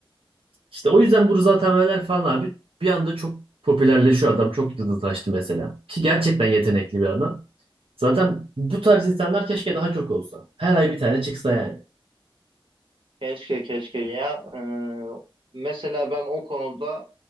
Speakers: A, on the right (about 85°); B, on the right (about 65°).
A: İşte o yüzden bu Rıza Temeller falan abi bir anda çok popülerleşiyor adam. Çok yıldızlaştı mesela. Ki gerçekten yetenekli bir adam. Zaten bu tarz insanlar keşke daha çok olsa. Her ay bir tane çıksa yani.
B: Keşke keşke ya. Ee, mesela ben o konuda